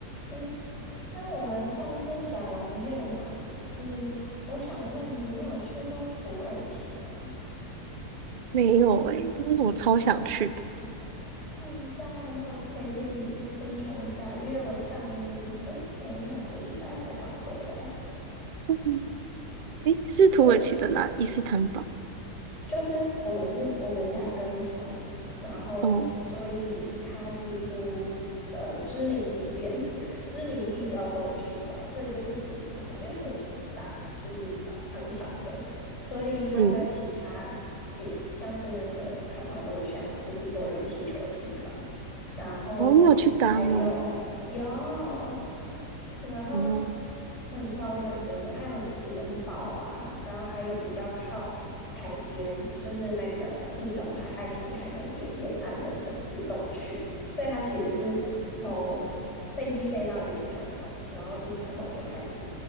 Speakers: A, on the left; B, on the right.
A: 诶，那我们上次讲完越南，你，我想问你有去过土耳其吗？
B: 没有哎，但是我超想去的。
A: 哦，很赞，那我推荐你，非常赞，因为我上，诶，前两个礼拜才刚回来。
B: 嗯，诶、是土耳其的哪？
A: 对，
B: 伊斯坦堡。
A: 就是我们是我们家跟团，然后所以他几乎呃知名景点、
B: 哦，
A: <laughs> 知名地标都有去到，所以就不止伊斯坦堡，因为土耳其很大嘛，就是呃长长的，所以它的其他点像是那个
B: 嗯，
A: c a p p a 就是坐热气球的地方，然后还有有，
B: 哦，你有去搭吗？
A: 然后
B: 哦
A: 很漂亮，真的。还有棉堡啊，然后还有比较靠海边，就是那个地中海、爱琴海那边沿岸的城市都有去，所以它其实是从飞机飞到伊斯坦堡，然后伊斯坦堡就开始。